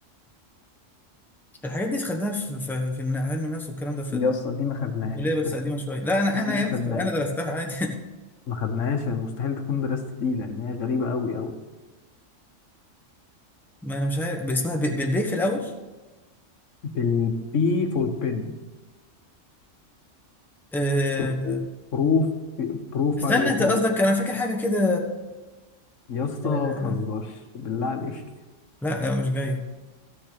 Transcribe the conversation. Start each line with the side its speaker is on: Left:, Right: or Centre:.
Centre: الحاجات دي خدناها في في, في الن- علم النفس والكلام ده في
Left: يا
Centre: ال-
Left: اسطى دي ما خدناهاش
Centre: في الكليه بس قديمه
Left: <laughs>
Centre: شويه لا انا
Left: دي
Centre: انا
Left: ما
Centre: يا أخي،
Left: خدناهاش
Centre: انا درستها عادي
Left: ما خدناهاش يعني مستحيل تكون دراسة دي لأن هي غريبة أوي أوي
Centre: ما انا مش عارف ب- اسمها ب- بالبي في الاول
Left: بالبي فور بن
Centre: أه...
Left: برو بروف بروفايروفوبيا
Centre: استنى انت قصدك انا فاكر حاجه كده
Left: يا اسطى ما
Centre: أه...
Left: تهزرش بالله عليك
Centre: لا مش جاي